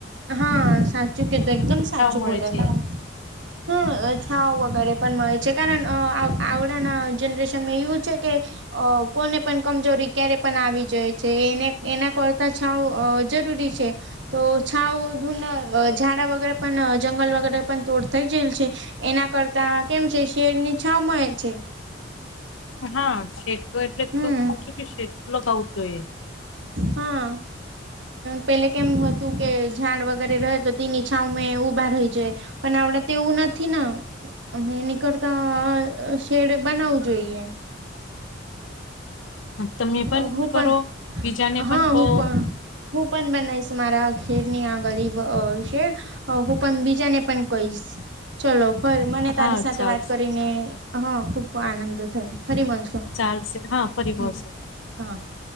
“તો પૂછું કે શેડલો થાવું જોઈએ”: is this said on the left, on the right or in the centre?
Left